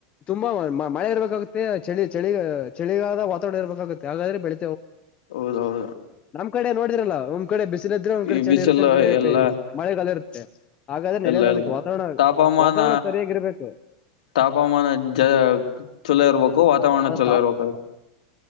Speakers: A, on the left; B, on the left.
A: ತುಂಬಾ ಮಳೆ ಇರ್ಬೇಕಾಗುತ್ತೆ ಚಳಿ ಚಳಿ ಚಳಿಗಾದ ವಾತಾವರಣ ಇರ್ಬೇಕಾಗುತ್ತೆ ಹಾಗಾದ್ರೆ ಬೆಳ
B: ಹೌದೌದು
A: ಒಮ್ಡೆೋಡಿರಲ್ಲ ಒಂದ್ ಕಡೆ ಬಿಸಿಲಿದ್ರೆ ಒಂದ್ ಕಡೆ
B: ಈ
A: ಚಳಿರುತ್ತೆ
B: ಬಿಸಿಲು
A: ಒಂದ್ ಕಡೆ
B: ಎಲ್ಲ
A: ಮಳೆಗಾಲ ಇರುತ್ತೆ ಹಾಗಾದ್ರೆ ನಡೆಯಲ
B: ಎಲ್ಲ ಎಲ್ಲ
A: ಅದಕ್ಕೆ ವಾತಾವರಣ
B: ತಾಪಮಾನ
A: ವಾತಾವರಣ ಸರಿಯಾಗಿರ್ಬೇಕು
B: ತಾಪಮಾನ ಜ ಚಲೋ ಇರ್ಬೇಕು ವಾತಾವರಣ
A: ಅದು
B: ಚಲೋ ಇರ್ಬೇಕ